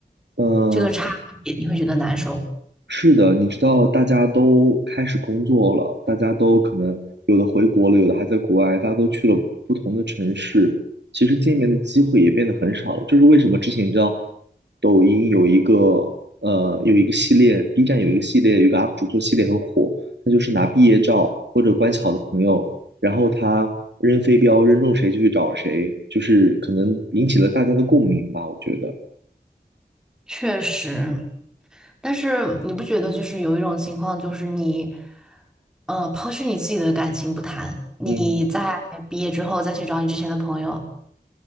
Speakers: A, on the right; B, in the centre.
A: 嗯。
B: 这个差别你会觉得难受。
A: 是的，你知道，大家都开始工作了，大家都可能有的回国了，有的还在国外，大家都去了不同的城市，其实见面的机会也变得很少了。这是为什么？之前你知道，抖音有一个呃有一个系列，B 站有一个系列，有一个 UP 主做系列很火，他就是拿毕业照或者关系好的朋友，然后他扔飞镖，扔中谁就去找谁，就是可能引起了大家的共鸣吧，我觉得。
B: 确实，但是你不觉得就是有一种情况，就是你，呃，抛去你自己的感情不谈，你在毕业之后再去找你之前的朋友，
A: 嗯